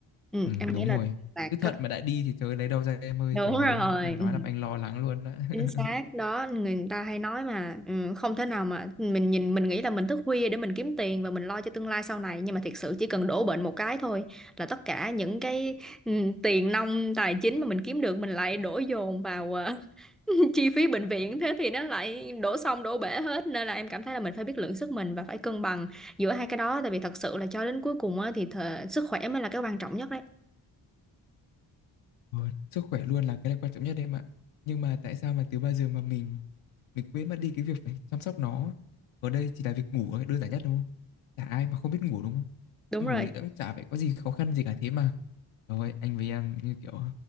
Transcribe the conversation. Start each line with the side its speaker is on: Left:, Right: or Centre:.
Centre: ừ,
Left: Ừ,
Centre: em
Left: đúng
Centre: nghĩ là
Left: rồi.
Centre: bạn
Left: Cứ thận
Centre: có thể
Left: mà đã đi thì trời ơi, lấy đâu ra em ơi,
Centre: đúng
Left: trời ơi,
Centre: rồi
Left: em nói
Centre: ừ.
Left: làm anh lo lắng luôn đó. <laughs>
Centre: chính xác đó người ta hay nói mà ừ, không thể nào mà mình nhìn mình nghĩ là mình thức khuya để mình kiếm tiền và mình lo cho tương lai sau này nhưng mà thiệt sự chỉ cần đổ bệnh một cái thôi là tất cả những cái ừ, tiền nong tài chính mà mình kiếm được mình lại đổ dồn vào ờ, <laughs> chi phí bệnh viện thế thì nó lại đổ xong đổ bể hết nên là em cảm thấy là mình phải biết lượng sức mình và phải cân bằng giữa hai cái đó tại vì thật sự là cho đến cuối cùng á, thì thờ, sức khỏe mới là cái quan trọng nhất đấy
Left: Ừ, sức khỏe luôn là cái là quan trọng nhất em ạ. Nhưng mà tại sao mà từ bao giờ mà mình mình quên mất đi cái việc phải chăm sóc nó. Ở đây chỉ là việc ngủ thôi, đơn giản nhất đúng không? Chả ai mà không biết ngủ đúng không?
Centre: đúng rồi
Left: Ngủ thì cũng chả phải có gì khó khăn gì cả thế mà. Rồi, anh với em như kiểu